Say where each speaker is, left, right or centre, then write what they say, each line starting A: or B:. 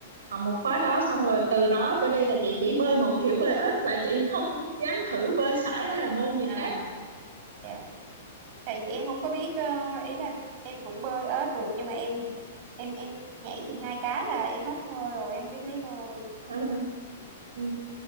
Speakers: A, on the right; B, on the right.
A: học một khóa đó xong rồi từ đó trở đi là chị chỉ bơi một kiểu bơi ếch và chị không dám thử bơi sải hay là môn gì
B: à,
A: khác
B: dạ. Tại vì em không có biết ờ, ý là em cũng bơi ếch được nhưng mà em em em nhảy chừng hai cái là em hết hơi rồi em không biết lấy hơi.
A: <laughs> Ờ. ừ.